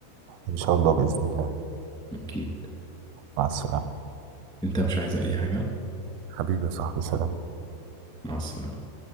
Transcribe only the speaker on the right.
ان شاء الله باذن الله
مع السلامه
حبيبي يا صاحبي سلام